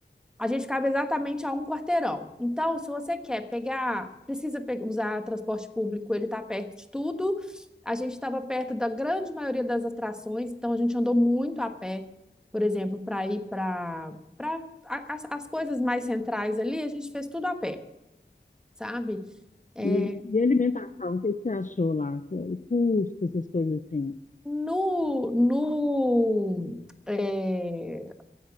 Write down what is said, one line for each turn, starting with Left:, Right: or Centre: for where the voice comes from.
Centre: A gente cabe exatamente a um quarteirão. Então, se você quer pegar, precisa pe- usar transporte público, ele está perto de tudo. A gente estava perto da grande maioria das atrações, então a gente andou muito a pé, por exemplo, para ir para para as, as coisas mais centrais ali, a gente fez tudo a pé, sabe? É,
Left: E, e alimentação, o que você achou lá? O custo, essas coisas assim.
Centre: no no é,